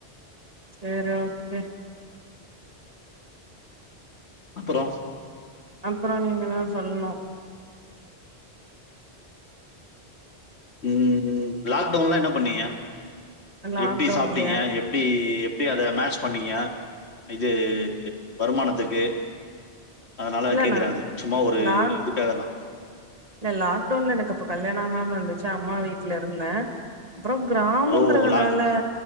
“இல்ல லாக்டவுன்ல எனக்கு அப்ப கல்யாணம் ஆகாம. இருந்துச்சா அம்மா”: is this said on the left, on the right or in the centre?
Right